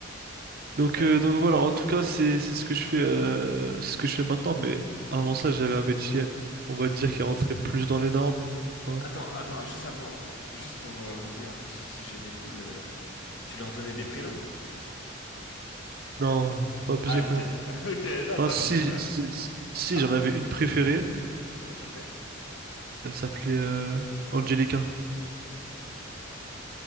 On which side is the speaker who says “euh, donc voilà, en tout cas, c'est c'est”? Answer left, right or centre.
Right